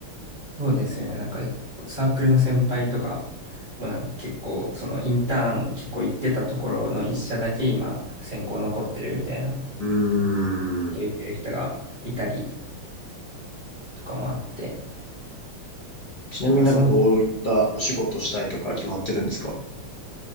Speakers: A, on the right; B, on the left.
A: そうですよね。なんか、サークルの先輩とかをなんか結構、そのインターン結構行ってたところの一社だけ今、選考残ってるみたいな、
B: うーん。
A: 言ってる人がいたりとかもあって、
B: ちなみになんかどういったお仕事したいとか決まってるんですか
A: まあ、その、